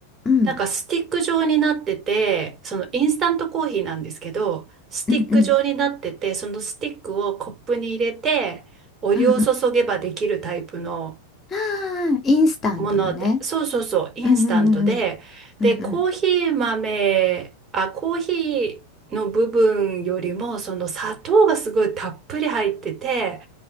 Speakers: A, on the left (about 25°); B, on the right (about 25°).
A: ー、うん、
B: なんかスティック状になってて、そのインスタントコーヒーなんですけど、スティック状になってて、
A: うんうん
B: そのスティックをコップに入れて、お湯を注げばできるタイプの
A: うんうんあーインスタントのね
B: もので、そうそうそう、インスタントで、
A: うんうんうんうん
B: で、
A: うんうん
B: コーヒー豆、あ、コーヒーの部分よりも、その砂糖がすごいたっぷり入ってて、